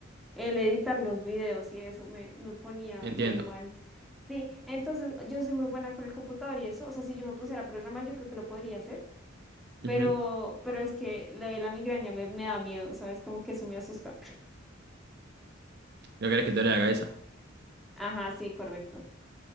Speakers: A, in the centre; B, on the right (about 55°).
A: el editar los videos y eso me, me ponía
B: Entiendo.
A: muy mal. Sí, entonces yo soy muy buena con el computador y eso, o sea, si yo me pusiera a programar, yo creo que lo podría hacer,
B: Ujú.
A: pero, pero es que lo de la migraña me, me da miedo, ¿sabes? Como que eso me asusta.
B: No querés que te duele la cabeza.
A: Ajá, sí, correcto.